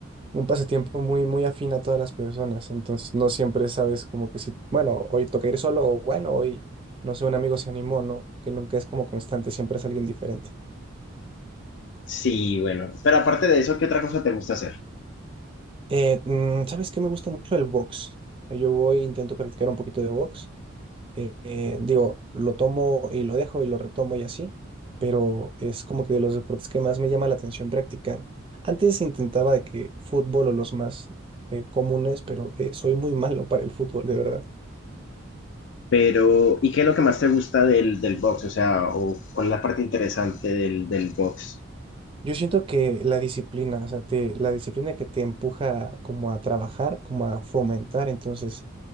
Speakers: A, on the right; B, on the left.
A: un pasatiempo muy, muy afín a todas las personas, entonces no siempre sabes como que si, bueno, hoy toca ir solo o bueno, hoy, no sé, un amigo se animó, ¿no? Que nunca es como constante, siempre es alguien diferente.
B: Sí, bueno. Pero aparte de eso, ¿qué otra cosa te gusta hacer?
A: Eh, mm, ¿sabes qué me gusta mucho? El box. O sea, yo voy, intento practicar un poquito de box. eh, eh, digo, lo tomo y lo dejo y lo retomo y así, pero es como que de los deportes que más me llama la atención practicar. Antes intentaba de que fútbol o los más eh, comunes, pero eh, soy muy malo para el fútbol, de verdad.
B: Pero, ¿y qué es lo que más te gusta del, del box? O sea, o, ¿cuál es la parte interesante del, del box?
A: Yo siento que la disciplina, o sea, te- la disciplina que te empuja como a trabajar, como a fomentar, entonces